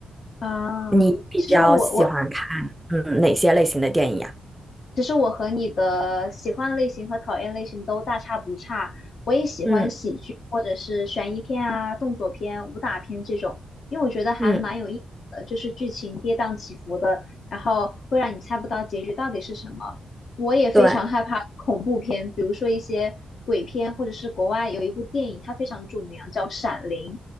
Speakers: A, on the left; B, in the centre.
A: 啊，
B: 你比较喜欢看嗯哪些类型的电影呀？
A: 其实我我其实我和你的喜欢类型和讨厌类型都大差不差，我也喜欢喜剧或者是悬疑片啊、
B: 嗯
A: 动作片、武打片这种，因为我觉得还蛮有意思的，
B: 嗯，
A: 就是剧情跌宕起伏的，然后会让你猜不到结局到底是什么。我也非常害怕恐怖片，
B: 对，
A: 比如说一些鬼片，或者是国外有一部电影，它非常著名啊，叫《闪灵》，